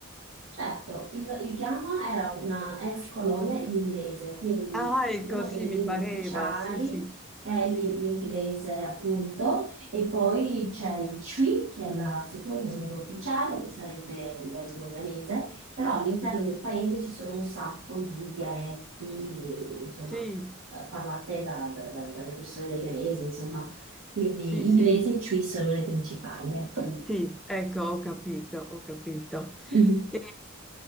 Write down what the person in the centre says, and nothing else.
Ah, ecco,
sì,
mi pareva.
Sì, sì,
sì,
sì,
sì,
sì, sì, sì.
sì.
Sì, ecco, ho capito, ho capito.
E,